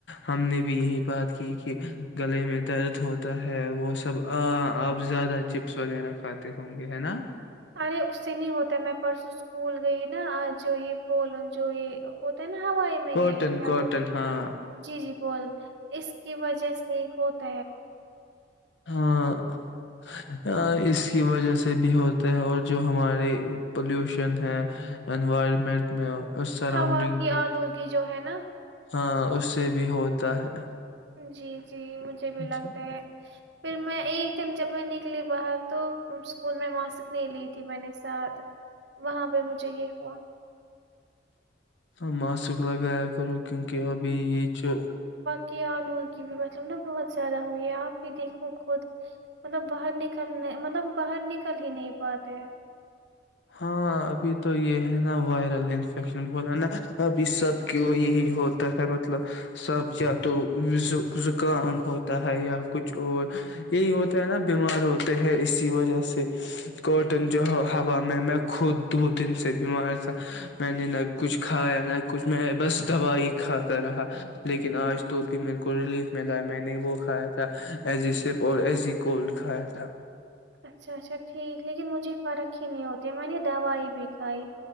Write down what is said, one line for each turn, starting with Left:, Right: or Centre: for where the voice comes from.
Left: ہم نے بھی یہی بات کی کہ گلے میں درد ہوتا ہے وہ سب آ آپ زیادہ چپس وغیرہ کھاتے ہوں گے ہے نا
Right: ارے اس سے نہیں ہوتا میں پرسوں اسکول گئی نا آج جو یہ بولوں جو یہ ہوتا ہے نا ہوائی میں یہ
Left: کاٹن
Right: کیا
Left: کاٹن
Right: وہ
Left: ہاں
Right: جی جی بول اس کی وجہ سے ہو ت
Left: ہاں اس کی وجہ سے بھی ہوتا ہے اور جو ہمارے پولوشن ہے انوائرمنٹ میں اس سراؤنڈنگ
Right: ہوا کی
Left: میں
Right: آلودگی جو ہے نا
Left: ہاں اس سے بھی ہوتا ہے
Right: جی جی مجھے بھی لگتا
Left: جی
Right: ہے پھر میں ایک ل دن جب میں نکلی باہر تو اسکول میں ماسک نہیں لی تھی میں نے ساتھ وہاں پہ مجھے یہ ہوا
Left: ہ ماسک لگایا کرو کیونکہ اب یہ جو
Right: کہ آلو کی بھی مطلب نا بہت زیادہ ہوئی ہے آپ ہی دیکھو بہ مطلب باہر نکل کرنے مطلب باہر نکل ہی نہیں پاتے ت
Left: ہاں ابھی تو یہ ہے نا وائرل انفیکشن ب رہ ہے نا ابھی سب کیوں یہی ہوتا ہے مطلب سب یا تو زکام ہوتا ہے یا کچھ اور یہی ہوتا ہے نا بیمار ہوتے ہیں اسی وجہ سے کاٹن جو ہوا میں میں خود دو دن سے بیمار تھا میں نے نہ کچھ کھایا نہ کچھ میں بس دوا ہی کھاتا رہا لیکن آج تو بھی میرے کو ریلیف ملا میں نے وہ کھایا تھا ایزی سپ اور ایزی کولڈ کھایا تھا
Right: اچھا اچھا ٹھیک لیکن مجھے فرق ہی نہیں ہوتی ہے میں نے دوائی بھی کھائی